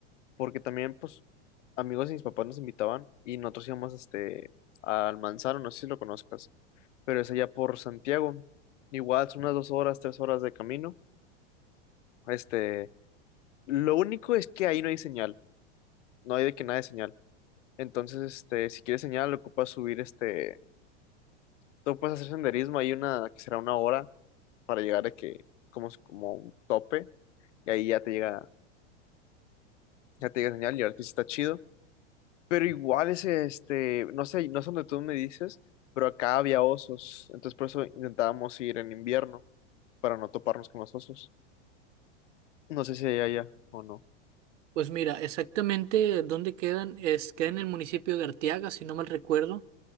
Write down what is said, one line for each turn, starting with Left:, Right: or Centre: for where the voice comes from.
Left: porque también, pues, amigos de mis papás nos invitaban y nosotros íbamos, este, al Manzano, no sé si lo conozcas, pero es allá por Santiago. Igual son unas dos horas, tres horas de camino. Este Lo único es que ahí no hay señal, no hay de que nada de señal. Entonces, este, si quieres señal, ocupas subir, este, tú puedes hacer senderismo, hay una que será una hora para llegar de que, como, es- como un tope, y ahí ya te llega, ya te llega señal, y ahora que sí está chido. Pero igual ese, este, no sé, no sé dónde tú me dices, pero acá había osos, entonces por eso intentábamos ir en invierno, para no toparnos con los osos. No sé si hay allá o no.
Right: Pues mira, exactamente dónde quedan es queda en el municipio de Arteaga, si no mal recuerdo,